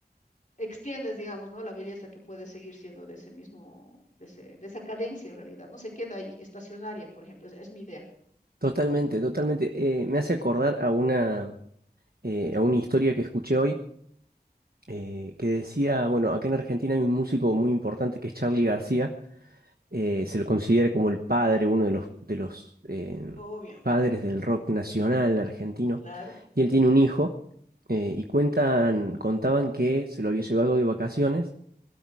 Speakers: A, on the left (about 50°); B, on the right (about 60°).
A: extiendes, digamos, ¿no? La belleza que puede seguir siendo de ese mismo, de ese, de esa cadencia en realidad. No se queda ahí, estacionaria, por ejemplo, es, es mi idea.
B: totalmente, totalmente. Eh, me hace acordar a una, eh, a una historia que escuché hoy eh, que decía, bueno, acá en Argentina hay un músico muy importante que es Charly García. eh, se lo considera como el padre, uno de los, de los eh,
A: Obvio,
B: padres del rock nacional argentino.
A: claro.
B: Y él tiene un hijo eh, y cuentan, contaban que se lo había llevado de vacaciones